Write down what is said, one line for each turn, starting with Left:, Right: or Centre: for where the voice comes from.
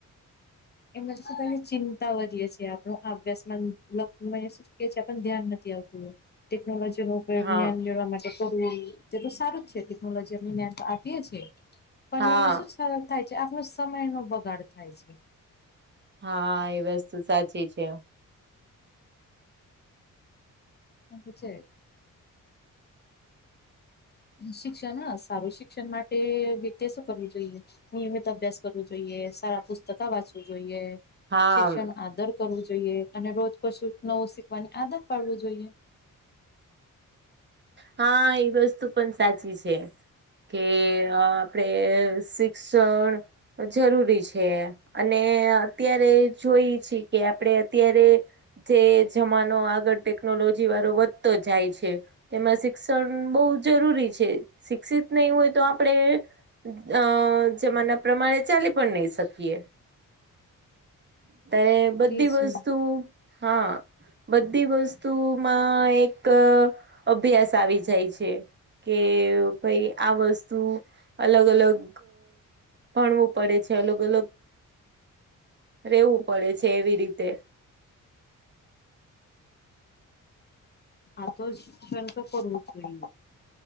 Left: એમાં શું ચિંતા વધીએ છીએ આપણ અભ્યાસમાં લગ શ છે આપ ધ્યાન નથી. ટેકનોલોજી નો ઉપયોગ
Right: હા
Left: જ્ઞન લેવા માટે કરું તે તો સારું જ છે ટેકનોલોજી અમે તો આપીએ છીએ, પણ
Right: હા
Left: એમનું શું છે. થાય છે આપનો સમય નો બગાડ થાય છે.
Right: હા એ વસ્તુ સાચી છે.
Left: <unintelligible> શિક્ષણ હ સારું શિક્ષણ માટે વ્યક્તિએ શું કરવું જોઈએ? નિયમિત અભ્યાસ કરવું જોઈએ સારા પુસ્તકો વાંચવું જોઈએ.
Right: હા
Left: શિક્ષણનું આદર કરવું જોઈએ અને રોજ કશું નવું શીખવાની આદર કરવું જોઈએ.
Right: હા એ વસ્તુ પણ સાચી છે. કે આપડે શિક્ષણ જરૂરી છે. અને અત્યારે જોઈએ છે કે આપડે અત્યારે જે જમાનો આગળ ટેકનોલોજી વાળો વધતો જાય છે. તેમાં શિક્ષણ બોઉ જરૂરી છે, શિક્ષિત નઈ હોય તો આપણે અ જમાના પ્રમાણે ચાલી પણ નઈ શકીએ. અત્યારે બધી
Left: તે છે
Right: વસ્તુ હા બધી વસ્તુઓમાં એક અભ્યાસ આવી જાય છે. કે ભાઈ આ વસ્તુ અલગ અલગ ભણવું પડે છે. અલગ અલગ રહેેવું પડે છે એવી રીતે
Left: આ તો શિક્ષણ તો કરવું જ જોઈએ.